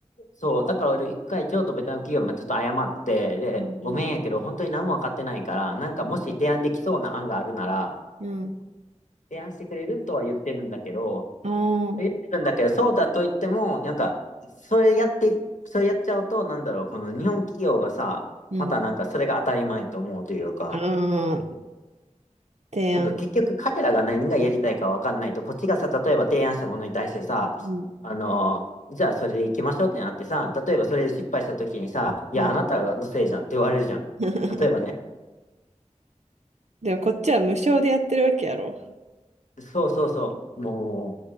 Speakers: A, on the left; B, on the right.
A: そう。だから俺一回京都ベトナム企業まあちょっと謝って、で、
B: うん
A: ごめんやけど本当に何も分かってないから、なんかもし提案できそうな案があるなら、
B: うん。
A: 提案してくれるとは言ってるんだけど、
B: うん。ああ。
A: 言ってるんだけど、そうだと言っても、なんか、それやってい、それやっちゃうと、なんだろう、この日本企業がさ、
B: うん。
A: またなんかそれが当たり前と思うというか、
B: ああ、提案。
A: なんか結局彼らが何がやりたいかわかんないと、こっちがさ、例えば提案したものに対してさ、
B: うん。
A: あの、じゃあそれで行きましょうってなってさ、例えばそれで失敗した時にさ、いや、
B: うん。
A: あなたのせいじゃんって言われるじゃん。
B: <laughs>
A: 例えばね。
B: でもこっちは無償でやってるわけやろ。
A: そうそうそう。も